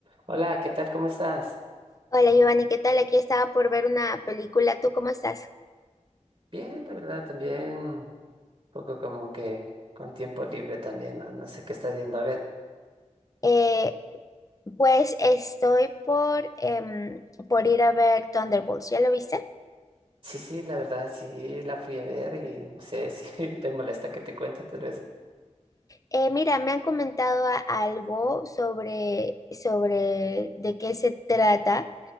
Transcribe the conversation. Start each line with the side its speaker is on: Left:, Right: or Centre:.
Right: Hola, ¿qué tal? ¿Cómo estás?
Left: Hola Giovanni, ¿qué tal? Aquí estaba por ver una película. ¿Tú cómo estás?
Right: Bien, la verdad, también un poco como que con tiempo libre también, no, No sé qué estás yendo a ver.
Left: Eh, pues estoy por, em, por ir a ver Thunderbolts. ¿Ya lo viste?
Right: Sí, sí, la verdad, sí, la fui a ver y no sé <laughs> si te molesta que te cuente tal vez.
Left: Eh, mira, me han comentado a- algo sobre, sobre de qué se trata,